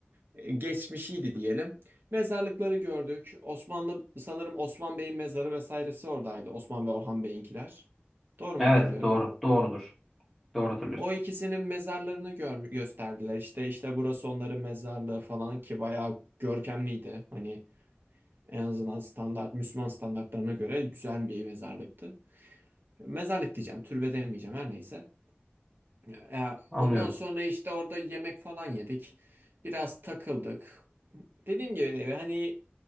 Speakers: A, on the right; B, in the centre.
A: e, geçmişiydi diyelim. Mezarlıkları gördük. Osmanlı sanırım Osman Bey'in mezarı vesairesi oradaydı. Osman ve Orhan Bey'inkiler. Doğru
B: Evet
A: mu hatırlıyorum?
B: doğru. Doğrudur. Doğru hatırlıyorsun.
A: O ikisinin mezarlarını gör gösterdiler. İşte işte burası onların mezarlığı falan ki bayağı görkemliydi. Hani en azından standart Müslüman standartlarına göre güzel bir mezarlıktı. Mezarlık diyeceğim, türbe demeyeceğim her neyse. Ya,
B: Anlıyorum.
A: ondan sonra işte orada yemek falan yedik. Biraz takıldık. Dediğim gibi hani